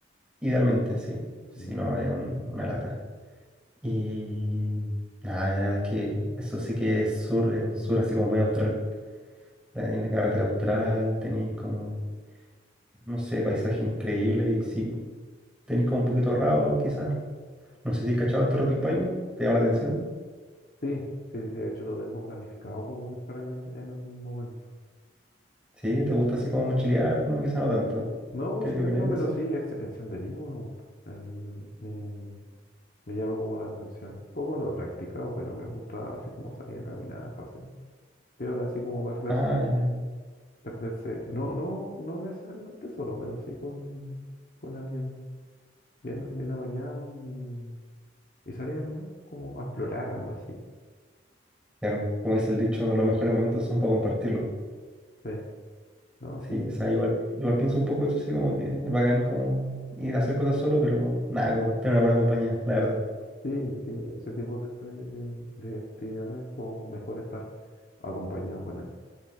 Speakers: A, in the centre; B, on the left.
A: idealmente, sí. Si
B: Ya.
A: no, es un- una lata. Y nada, la verdad es que eso sí que es sur, es un sur así como muy austral. Tenéis la carretera austral, tenéis como, no sé, paisaje increíble y sí, tenéis como un poquito ahorrado quizás. No sé si cachabas las Torres del Paine, ¿te llama la atención?
B: Sí, sí, sí, sí, de hecho lo tengo planificado como ir para allá en, en algún momento.
A: Sí, ¿te gusta así como mochilear? No, quizás no tanto.
B: No, mochilar
A: ¿Qué, qué opináis
B: no,
A: de
B: pero
A: eso?
B: sí, el, el senderismo me gusta. El- me, me llama como la atención. Poco no lo he practicado, pero me gusta así como salir a caminar, pasear. Piola, así como perderse,
A: Ah, ya.
B: perderse. No, no, no necesariamente solo, pero sí con, con alguien bien, bien apañado y, y salir a caminar como a explorar algo así.
A: Claro, como dice el dicho, los mejores momentos son para compartirlos.
B: Sí, no,
A: Sí,
B: sí,
A: o sea, igual, igual pienso un poco eso así como que es bacán como ir a hacer cosas solo, pero nada, como tener una buena compañía, la verdad.
B: sí, sí, ese tipo de, de, de actividades como mejor estar acompañado con alguien.